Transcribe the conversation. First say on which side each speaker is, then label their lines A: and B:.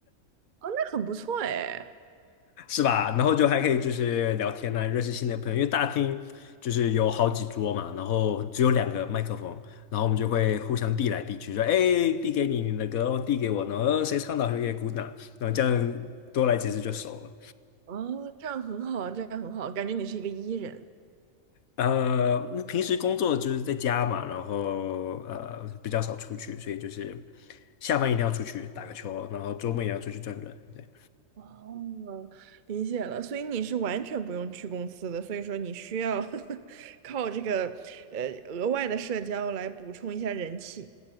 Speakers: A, on the right; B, on the left.
A: 哦，那很不错哎，
B: 是吧？然后就还可以就是聊天啊，认识新的朋友。因为大厅就是有好几桌嘛，然后只有两个麦克风，然后我们就会互相递来递去，说哎，递给你你的歌，哦递给我，然后呃谁唱的好谁给鼓掌，然后这样多来几次就熟了。
A: 哦，这样很好，这样很好，感觉你是一个 E 人。
B: 呃，平时工作就是在家嘛，然后呃比较少出去，所以就是下班一定要出去打个球，然后周末也要出去转转。对，
A: 哦，理解了，所以你是完全不用去公司的，所以说你需要 <laughs> 靠这个呃额外的社交来补充一下人气。